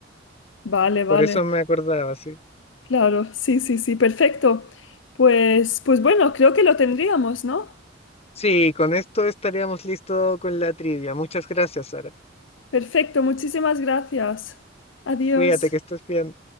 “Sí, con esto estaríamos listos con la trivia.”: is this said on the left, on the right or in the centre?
Left